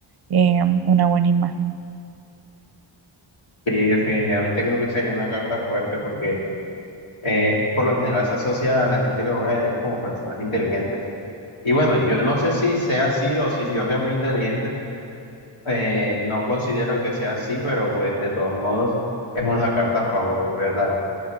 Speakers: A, on the right; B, on the left.
A: eh, una buena imagen.
B: Sí, definitivamente creo que sería una carta fuerte porque eh, por lo general se asocia a la gente que juega ajedrez como personas inteligentes. Y bueno, yo no sé si sea así o si yo sea muy inteligente, eh, no considero que sea así, pero pues de todos modos es una carta a favor, ¿verdad?